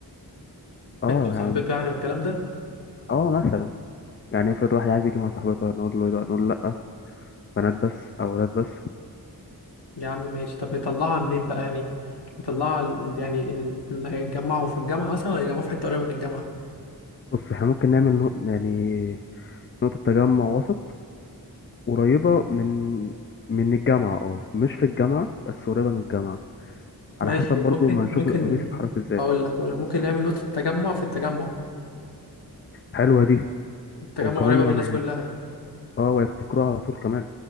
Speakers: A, on the left; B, on the left.
A: اه
B: بنت وصاحبته
A: يا عم
B: يعني والكلام ده
A: اه مثلا يعني افرض واحد عايز يجي مع صاحبته نقول له نقول له لا بنات بس او ولاد بس
B: يا عم ماشي طب نطلعها منين بقى يعني نطلعها ال- يعني ال- اللي هيتجمعوا في الجامعة مثلا ولا هيتجمعوا في حتة قريبة من الجامعة
A: بص احنا ممكن نعمل نو- يعني نقطة تجمع وسط قريبة من من الجامعة اه مش في الجامعة بس قريبة من الجامعة على
B: ماشي
A: حسب برضو
B: ممكن
A: ما نشوف
B: ممكن
A: الأتوبيس يتحرك ازاي
B: هقول لك ولا ممكن نعمل نقطة تجمع في التجمع
A: حلوة دي
B: التجمع
A: وكمان
B: قريبة
A: يعني
B: من الناس كلها
A: اه ويفتكروها على طول كمان